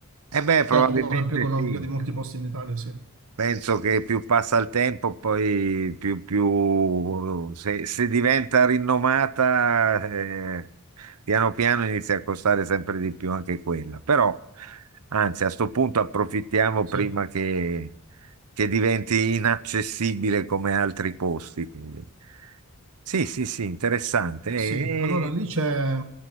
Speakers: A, on the right (about 85°); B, on the right (about 65°).
A: Eh beh, probabilmente
B: è ancora più economica
A: sì.
B: di molti posti in Italia, sì.
A: Penso che più passa il tempo, poi più, più se, se diventa rinomata, eh, piano piano inizia a costare sempre di più anche quella. Però, anzi, a sto punto approfittiamo
B: Sì,
A: prima che, che diventi inaccessibile come altri posti. Quindi- Sì, sì, sì, interessante. E,
B: sì, allora lì c'è